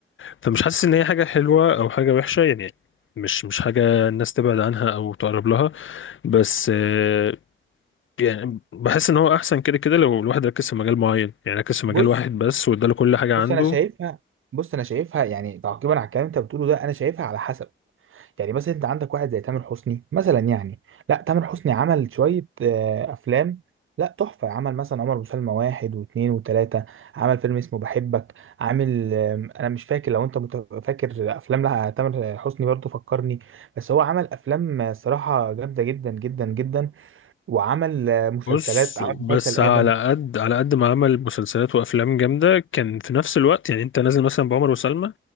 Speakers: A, on the left; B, on the right.
A: فمش حاسس ان هي حاجه حلوه او حاجه وحشه يعني مش مش حاجه الناس تبعد عنها او تقرب لها بس آه، يعني بحس ان هو احسن كده كده لو الواحد ركز في مجال معين يعني ركز في مجال
B: بص
A: واحد بس واداله كل حاجه عنده
B: بص انا شايفها بص انا شايفها يعني تعقيبا على الكلام اللي انت بتقوله ده انا شايفها على حسب يعني مثلا انت عندك واحد زي تامر حسني مثلا يعني لا تامر حسني عمل شوية آه، افلام لا تحفة عمل مثلا عمر وسلمى واحد واثنين وثلاثة عمل فيلم اسمه بحبك عامل آم، انا مش فاكر لو انت مت- فاكر افلام لا تامر حسني برضه فكرني بس هو عمل افلام آه، صراحة جامدة جدا جدا جدا وعمل آه، مسلسلات
A: بص
B: عمل
A: بس
B: مسلسل ادم
A: على قد على قد ما عمل مسلسلات وافلام جامده كان في نفس الوقت يعني انت نازل مثلا بعمر وسلمى